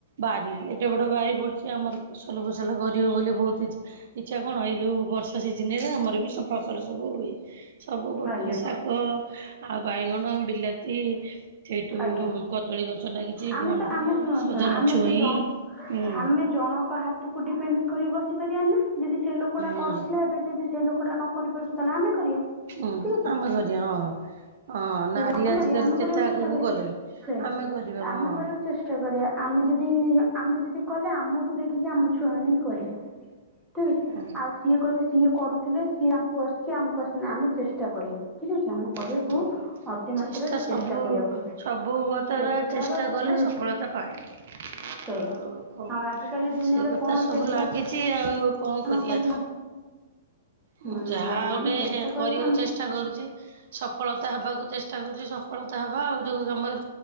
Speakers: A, on the right; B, in the centre.
A: ବାରି ଏ ଟେ ବଡ ବାରି ପଡ଼ିଛି ଆମର ଫସଲ ଫସଲ କରିବେ ବୋଲି ବହୁତ ଇଛି ଇଚ୍ଛା କଣ ଏଇ ଯୋଉ ବର୍ଷା ସିଜନ୍ ରେ ଆମର ବି ସେ ଫସଲ ସବୁ ହୁଏ। ସବୁ ପ୍ରକାର
B: ଆଜ୍ଞା
A: ଶାଗ ଆଉ ବାଇଗଣ, ବିଲାତି ସେଇଠୁ
B: ଆଜ୍ଞା
A: କଦଳୀ ଗଛ ନାଗିଚି,
B: ଆମେ
A: ଭଣ୍ଡା,
B: ତ ଆମେ ଶୁଣ
A: ସଜନା
B: ଶୁଣ ଆମେ
A: ଛୁଇଁ
B: ତ ଜ
A: ଉଁ,
B: ଆମେ ଜଣଙ୍କ ହାତକୁ ଡିପେଣ୍ଡ କରି ବସି ପାରିବା ନା। ଯଦି ସେ ଲୋକଟା
A: ହୁଁ
B: କରୁଥିଲା ଏବେ ସେ ଯଦି ସେ ଲୋକଟା ନ କରି ପାରୁଛି ତାହେଲେ ଆମେ କରିବା,
A: ହୁଁ
B: ଠିକ ଅଛି।
A: ଆମେ କରି ହଁ, ହଁ।
B: ସେ
A: ନାରୀ
B: <inaudible> ଆମେ
A: ଆଜିକାଲି
B: କରିବା, ଆମେ
A: କେତେ
B: କରିବାକୁ
A: ଆଗକୁ
B: ଚେଷ୍ଟା କରିବା।
A: ଗଲେଣି
B: ସେ
A: ଆମେ କରିବା
B: ଆମେ
A: ହଁ।
B: କରିବାକୁ ଚେଷ୍ଟା କରିବା, ଆମେ ଯଦି ଆମେ ଯଦି କଲେ, ଆମଠୁ ଦେଖିକି ଆମ ଛୁଆମାନେ ବି କରିବେ। ଠିକ ଅଛି,
A: ହଁ
B: ଆଉ ସିଏ କହିବେ ସିଏ କରୁଥିଲେ, ସିଏ ଆମକୁ ଆସୁଚି, ଆମକୁ ଆସୁନି, ଆମେ ଚେଷ୍ଟା କରିବା। ଠିକ ଅଛି, ଆମ କରିବାକୁ
A: ହଁ
B: ଅତି ମାତ୍ରାରେ
A: ଚେଷ୍ଟା ସବୁ
B: କରିବାକୁ ପଡେ
A: ସବୁ କଥା
B: ଚେଷ୍ଟାର
A: ରେ ଚେଷ୍ଟା କଲେ ସଫଳତା ପାଇବ। ଆଉ
B: ସେଇ
A: କଣ
B: ଆଉ ଆଜିକାଲି ଦୁନିଆରେ
A: ସେଇ କଥା
B: କଣ
A: ସବୁ
B: ଚେଷ୍ଟା
A: ଲାଗ ଗିଛି ଆଉ କଣ କରିବା।
B: ନ କଲେ ହୁଁ
A: ଉଁ, ଯାହା
B: ନାହିଁ
A: ଗୋଟେ
B: ଆମେ ଚେଷ୍ଟା କରିକି
A: କରିବାକୁ
B: ଆମ
A: ଚେଷ୍ ଠା କରୁଚି, ସଫଳତା ହେବାକୁ ଚେଷ୍ଟା କରୁଚି। ସଫଳତା ହେବା। ଆଉ ଯୋଉ କାମର